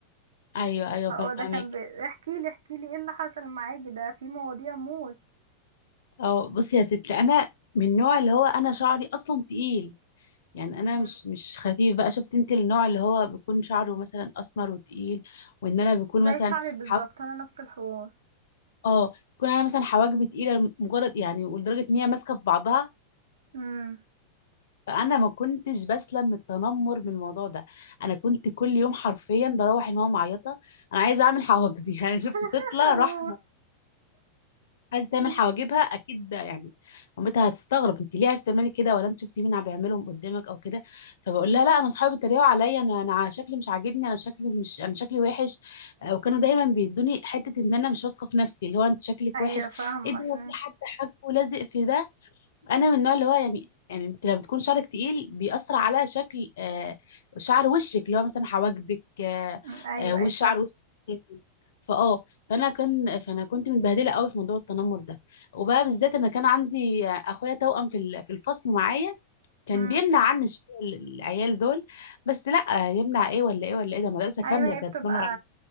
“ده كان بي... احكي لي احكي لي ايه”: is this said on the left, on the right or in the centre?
Right